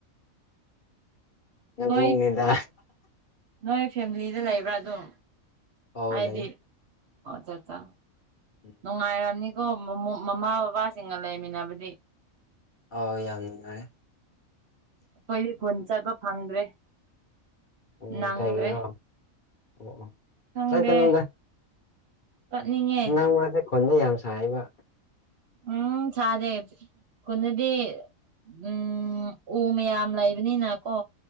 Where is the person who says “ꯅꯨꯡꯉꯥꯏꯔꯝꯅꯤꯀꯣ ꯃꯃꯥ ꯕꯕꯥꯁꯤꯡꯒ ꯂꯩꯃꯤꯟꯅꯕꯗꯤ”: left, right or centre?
Right